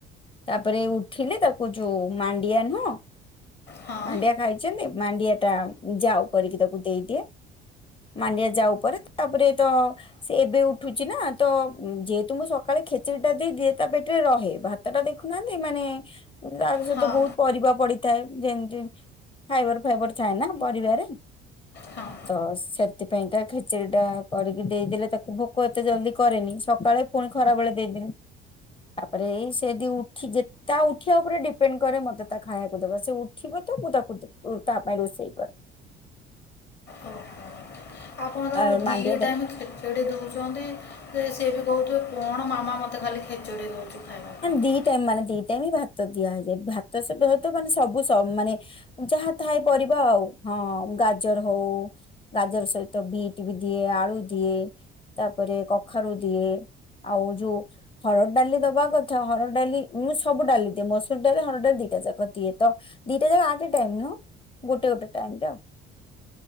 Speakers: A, on the left; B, on the left.
A: ତାପରେ ଉଠିଲେ ତାକୁ ଯୋଉ ମାଣ୍ଡିଆ ନୁହଁ
B: ହଁ
A: ମାଣ୍ଡିଆ ଖାଇଛନ୍ତି ମାଣ୍ଡିଆ ଟା ଯାଉ କରିକି ତାକୁ ଦେଇଦିଏ। ମାଣ୍ଡିଆ ଯାଉ ପରେ ତାପରେ ତ ସେ ଏବେ ଉଠୁଛି ନା ତ ଯେହେତୁ ମୁଁ ସକାଳ ଖେଚୁରଡି ଟା ଦେଇ ଦିଏ ତା ପେଟରେ ରହେ ଭାତ ଟା ଦେଖୁନାହାନ୍ତି ମାନେ ତା ସହିତ
B: ହଁ
A: ବହୁତ ପରିବା ପଡିଥାଏ ଯେମିତି ଫାଇବର ଫାଇବର ଥାଏ ନା ପରିବାରେ
B: ହଁ
A: ତ ସେଥିପାଇଁ ତା ଖେଚେଡି ଟା କରିକି ଦେଇଦେଲେ ତାକୁ ଭୋକ ଏତେ ଜଲ୍ଦି କରେନି କାଳେ ପୁଣି ଖରାପବେଳେ ଦେଇଦେବେ। ତାପରେ ଇ ସେଦି ଉଠି ତା ଉଠିବା ଉପରେ ଡିପେଣ୍ଡ କରେ ମତେ ତା ଖାଇବାକୁ ଦବା ସେ ଉଠିବ ତ <unintelligible> ତା ପାଇଁ ରୋଷେଇ କରେ।
B: ଓ ହୋ। ଆପଣ
A: ଆ
B: ଦି
A: ମାଣ୍ଡିଆ ଦେଲେ
B: ଟାଇମ ଖେଚୋଡ଼ି ଦୌଚନ୍ତି ସେ ବି କହୁଥିବ କଣ ମାମା ମତେ ଖାଲି ଖେଚଡ଼ି ଦେଉଛୁ ଖାଇବା ପାଇଁକି
A: ଦି ଟାଇମ ମାନ ଦି ଟାଇମ ଭ ଭାତ ଦିଆ ହେଇଯାଏ ଭାତ ସବୁ ସବୁ ସ ମାନେ ଯାହା ଥାଏ ପରିବା ଆଉ। ହଁ ଗାଜର ହଉ ଗାଜର ସହିତ ବିଟ୍ ବି ଦିଏ ଆଳୁ ଦିଏ ତାପରେ କଖାରୁ ଦିଏ ଆଉ ଯୋଉ ହରଡ଼ ଡାଲି ଦବା କଥା ହର ଡଲି ମୁଁ ସବୁ ଡାଲି ଦିଏ ମସୁର ଡା ହର ଡାଲି ଦିଟା ଯାକ ଦି ତ ଦିଟା ଯା ଆ ଟାଇମ ନୁହ ଗୋଟେ ଗୋଟେ ଟାଇମ ଯାଉ